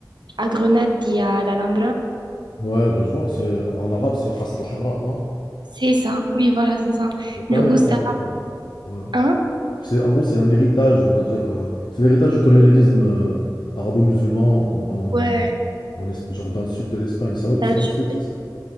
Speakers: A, on the right (about 75°); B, on the left (about 75°).
A: à Grenade, il y a l'Alhambra.
B: Ouais, bah je vois, c'est en arabe, c'est Qasr al-Hamra, non?
A: C'est ça, oui, voilà, c'est ça.
B: Donc, c'est
A: Du
B: un
A: coup,
B: héritage.
A: ça,
B: euh, ouais.
A: hein?
B: C'est, en gros, c'est un héritage, on va dire. euh, c'est l'héritage du colonialisme euh, arabo-musulman en,
A: Ouais.
B: en Esp- genre dans le sud de l'Espagne. C'est
A: ça,
B: c'est dans
A: je-
B: le sud, c'est ça?